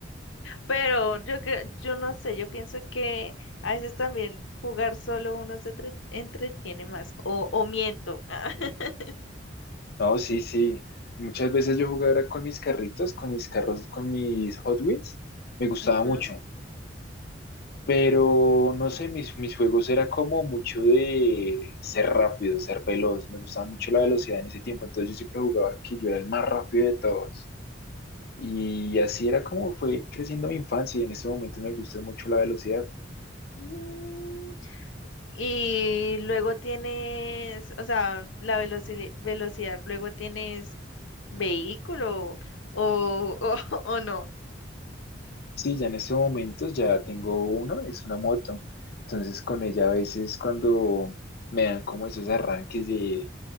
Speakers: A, on the left; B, on the left.
A: pero yo creo, yo no sé, yo pienso que a veces también jugar solo uno se entre- entretiene más, o, o miento. <laughs>
B: No, sí, sí. Muchas veces yo jugaba era con mis carritos, con mis carros, con mis Hot Wheels. Me gustaba
A: Ujú.
B: mucho. Pero no sé, mis, mis juegos era como mucho de ser rápido, ser veloz. Me gustaba mucho la velocidad en ese tiempo. Entonces yo siempre jugaba que yo era el más rápido de todos. Y así era como fue creciendo mi infancia. Y en ese momentos me gusta mucho la velocidad.
A: Mm, Y luego tienes, o sea, la veloci- velocidad, luego tienes vehículo o, o, <laughs> o no.
B: Sí, ya en estos momentos ya tengo uno, es una moto. Entonces con ella a veces cuando me dan como esos arranques de,